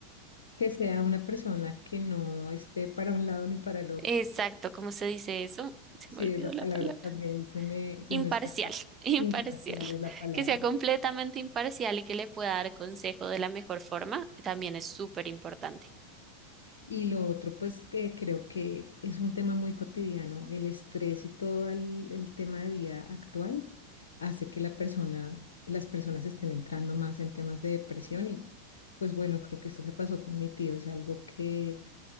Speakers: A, on the left; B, on the right.
A: que sea una persona que no esté para un lado ni para el otro.
B: exacto, ¿cómo se dice eso? <laughs> Se
A: Sí,
B: me olvidó
A: esa
B: la
A: palabra
B: palabra.
A: también se me, se
B: Imparcial,
A: me escapa.
B: <laughs> imparcial.
A: Imparcial es la palabra.
B: Que sea completamente imparcial y que le pueda dar consejo de la mejor forma, también es súper importante.
A: Y lo otro, pues que creo que es un tema muy cotidiano, el estrés y todo el, el tema de vida actual hace que la persona, las personas estén entrando más en temas de depresión y pues bueno, creo que esto que pasó con mi tío es algo que